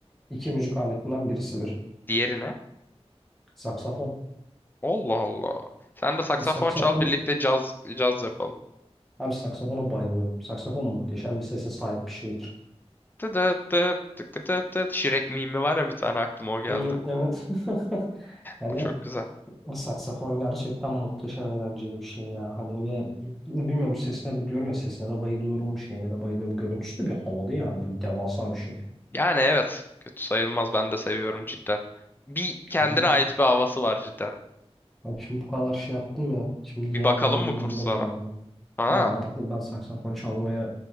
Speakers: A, in the centre; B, on the left.
A: iki müzik aletinden birisidir.
B: Diğerine?
A: Saksafon.
B: Allah Allah. Sen de saksafon
A: Saksafon,
B: çal birlikte caz caz yapalım.
A: abi saksafona bayılıyorum. Saksafon muhteşem bir sese sahip bir şeydir.
B: Tıt tıt tıt tık tıt tıt. Şirek mimi var ya bir tane aklıma o geldi.
A: Hı, evet. <laughs> Yani
B: O çok güzel.
A: o saksafon gerçekten muhteşem eğlenceli bir şey ya. Hani ve ne bilmiyorum sesine de diyorum ya sesine de bayılıyorum, şeyine de bayılıyorum. Görüntüsü de bir havalı yani böyle devasa bir şey.
B: Yani evet. Kötü sayılmaz. Ben de seviyorum cidden. Bir kendine
A: Hani
B: ait bir havası var cidden.
A: Abi şimdi bu kadar şey yaptım ya. Şimdi yeni
B: Bir bakalım
A: hobimi
B: mı kurslara?
A: buldum abi.
B: Ha,
A: Ben artık ben saksafon çalmaya